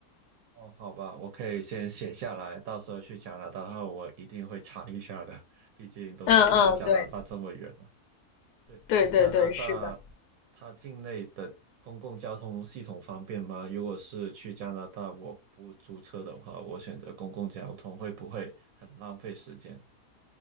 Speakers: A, on the right; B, on the left.
A: 哦，好吧，我可以先写下来，到时候去加拿大的话，我一定会尝一下的，毕竟都去到加拿大这么远。
B: 嗯嗯，对
A: 对，
B: 对对对，
A: 那加拿大
B: 是的。
A: 它境内的公共交通系统方便吗？如果是去加拿大，我不租车的话，我选择公共交通会不会很浪费时间？